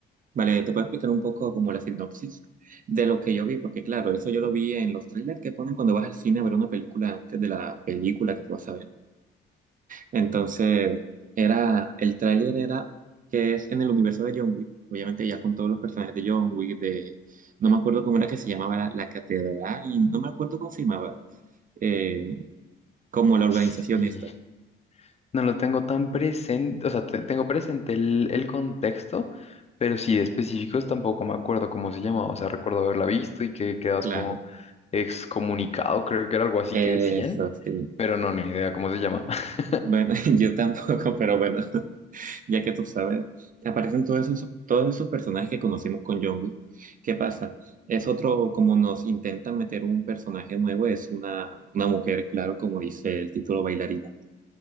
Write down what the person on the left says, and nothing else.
Sí.
No lo tengo tan presente, o sea, te- tengo presente el, el contexto, pero sí de específicos tampoco me acuerdo cómo se llamaba, o sea, recuerdo haberla visto y que quedabas
como excomunicado, creo que era algo así
que decían,
pero no, ni idea cómo se llama. <laughs>